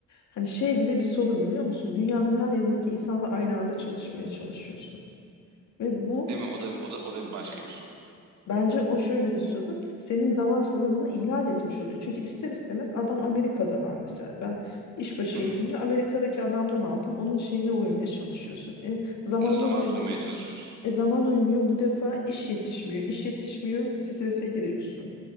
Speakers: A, on the left; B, on the right.
A: hani şey bile bir sorun biliyor musun? Dünyanın her yerindeki insanla aynı anda çalışmaya çalışıyorsun. Ve bu
B: Değil mi? O
A: s-
B: da o da o da bir başka bir sorun.
A: bence o şöyle bir sorun. Senin zamanlarını ihlal etmiş oluyor. Çünkü ister istemez adam Amerika'da ben mesela. Ben işbaşı
B: Hı
A: eğitimini
B: hı.
A: Amerika'daki adamdan aldım. Onun şeyine uymaya çalışıyorsun. E, zamanlar
B: Onun zamanına
A: uymuyor.
B: uymaya çalışıyorsun.
A: E zaman uymuyor. Bu defa iş yetişmiyor. İş yetişmiyor. Strese giriyorsun.